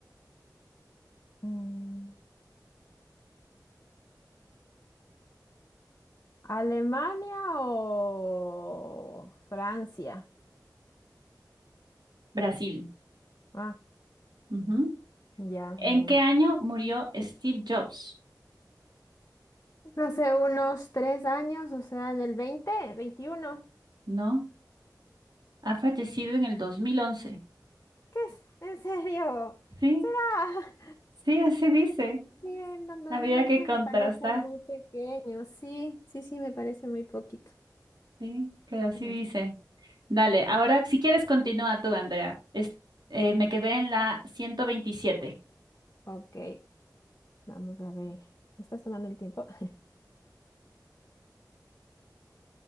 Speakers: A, on the left; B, on the right.
A: Mm, ¿Alemania o Francia?
B: Brasil.
A: Ah,
B: Ujú.
A: ya, muy
B: ¿En
A: bien.
B: qué año murió Steve Jobs?
A: Hace unos tres años, o sea, del veinte veintiuno
B: No, ha fallecido en el 2011.
A: ¿Qué es? ¿En serio?
B: Sí,
A: ¿Será?
B: sí, así dice.
A: Sí, en el dos
B: Habría
A: mil once
B: que
A: me
B: contrastar.
A: parece muy pequeño. Sí, sí, sí, me parece muy poquito.
B: Sí, pero así
A: Toma
B: dice.
A: esto.
B: Dale, ahora si quieres continúa tú, Andrea. Es- eh, me quedé en la 127.
A: Ok, vamos a ver. ¿Estás tomando el tiempo? <laughs>